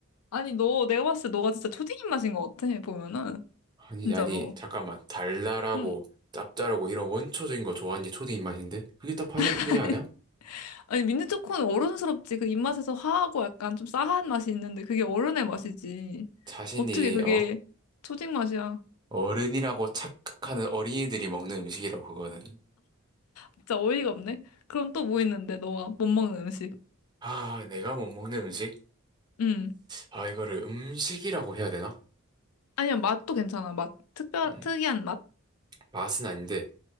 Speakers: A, on the left; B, on the right.
A: 아니 너 내가 봤을 때 너가 진짜 초딩 입맛인 것 같아. 보면은
B: 아니,
A: 진짜로.
B: 아니, 잠깐만. 달달하고
A: 음.
B: 짭짤하고 이런 원초적인 거 좋아하는 게 초딩 입맛인데? 그게 다 파인애플
A: <laughs>
B: 피자 아니야?
A: 아니 민트 초코는 어른스럽지. 그 입맛에서 화하고 약간 좀 싸한 맛이 있는데 그게 어른의 맛이지.
B: 자신이,
A: 어떻게 그게
B: 어?
A: 초딩 맛이야?
B: 어른이라고 착각하는 어린이들이 먹는 음식이라고, 그거는.
A: 진짜 어이가 없네. 그럼 또 뭐 있는데 너가 못 먹는 음식?
B: 아, 내가 못 먹는 음식?
A: 음.
B: 아, 이거를 음식이라고 해야 되나?
A: 아니야, 맛도 괜찮아. 맛. 특별,
B: 음,
A: 특이한 맛?
B: 맛은 아닌데.